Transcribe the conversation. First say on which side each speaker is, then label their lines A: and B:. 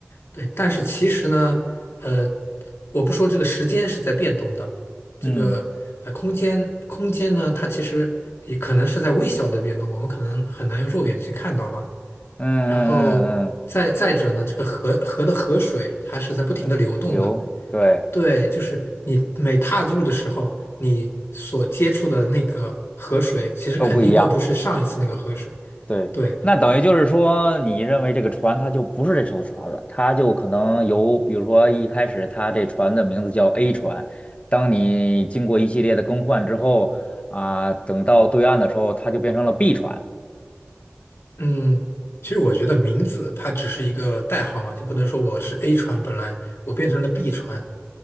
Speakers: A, on the left (about 80°); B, on the left (about 30°).
A: 对，但是其实呢，呃，我不说这个时间是在变动的，这个呃空间空间呢，
B: 嗯
A: 它其实也可能是在微小的变动，我们可能很难用肉眼去看到吧。
B: 嗯嗯嗯嗯，
A: 然后再再者呢，这个河河的河水它是在不停的流动的，
B: 还流，对，
A: 对，就是你每踏入的时候，你所接触的那个河水，其实肯定都不是上一次那个河水。
B: 都不一样。对，
A: 对，
B: 那等于就是说，你认为这个船它就不是这艘船了，它就可能由，比如说一开始它这船的名字叫 A 船，当你经过一系列的更换之后，啊、等到对岸的时候，它就变成了 B 船。
A: 嗯，其实我觉得名字它只是一个代号嘛，就不能说我是 A 船，本来我变成了 B 船，